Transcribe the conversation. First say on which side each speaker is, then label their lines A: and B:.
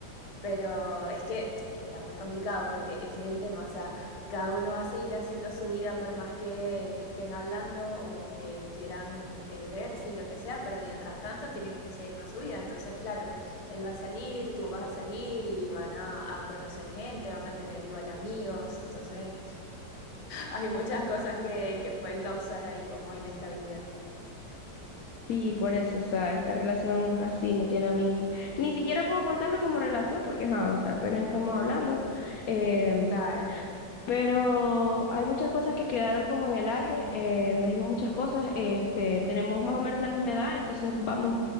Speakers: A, on the left; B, on the left.
A: Pero es que está muy complicado porque ese es el tema, o sea, cada uno va a seguir haciendo su vida por más que, que estén hablando o que quieran eh, verse y lo que sea, pero mientras tanto tienen que seguir con su vida. Entonces, claro, él va a salir, tú vas a salir y van a, a conocer gente, van a tener igual amigos, entonces hay muchas cosas que, que pueden causar ahí como inestabilidad.
B: Sí, por eso, o sea, esta relación así me tiene a mí. Ni siquiera puedo contarlo como relación porque, ajá, o sea, apenas estamos hablando. eh,
A: Claro.
B: Pero hay muchas cosas que quedaron como en el aire. eh, me dijo muchas cosas. Este, tenemos más o menos la misma edad, entonces vamos